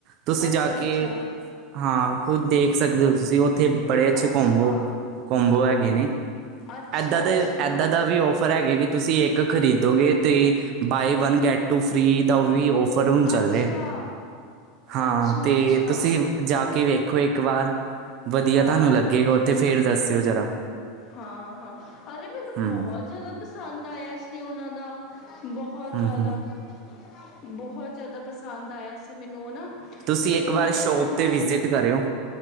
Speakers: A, on the right; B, on the left.
A: ਤੁਸੀਂ
B: ਅੱਛਾ
A: ਜਾ ਕੇ
B: ਅੱਛਾ
A: ਹਾਂ, ਖੁਦ ਦੇਖ ਸਕਦੇ ਹੋ ਤੁਸੀਂ ਓ- ਉੱਥੇ ਬੜੇ ਅੱਛੇ
B: ਅੱਛਾ
A: ਕੋਂਬੋ ਕੋਂਬੋ ਹੈਗੇ ਨੇ,
B: ਅੱਛਾ
A: ਏਦਾਂ ਦੇ
B: ਅੱਛਾ
A: ਏਦਾਂ ਵੀ ਔਫਰ ਹੈਗਾ ਕਿ ਤੁਸੀਂ ਇੱਕ ਖਰੀਦੋਗੇ ਤੇ buy one get two free ਦਾ ਵੀ ਔਫਰ ਹੁਣ ਚੱਲ
B: ਅੱਛਾ
A: ਰਿਹਾ। ਹਾਂ,
B: ਅੱਛਾ
A: ਤੇ
B: ਅੱਛਾ
A: ਤੁਸੀਂ ਜਾ ਕੇ ਵੇਖੋ, ਇੱਕ ਵਾਰ ਵਧੀਆ
B: ਹਾਂ
A: ਤੁਹਾਨੂੰ ਲੱਗੇਗਾ ਉੱਥੇ ਫੇਰ ਦੱਸਿਓ ਜ਼ਰਾ।
B: ਹਾਂ-ਹਾਂ ਅਰੇ ਮੈਨੂੰ
A: ਹੂੰ
B: ਬਹੋਤ ਜਾ਼ਦਾ ਪਸੰਦ ਆਇਆ ਸੀ ਉਹਨਾਂ ਦਾ। ਬਹੋਤ
A: ਹੂੰ
B: ਜਾ਼ਦਾ-ਬਹੋਤ
A: ਹੂੰ
B: ਜਾ਼ਦਾ ਪਸੰਦ ਆਇਆ ਸੀ ਮੈਨੂੰ ਨਾ।
A: ਤੁਸੀਂ
B: ਅਤੇ
A: ਇੱਕ
B: ਮੈਂ
A: ਵਾਰ ਸ਼ੋਪ
B: ਕਿਹਾ ਮੈਂ
A: 'ਤੇ ਵਿਜਿਟ ਕਰਿਓ।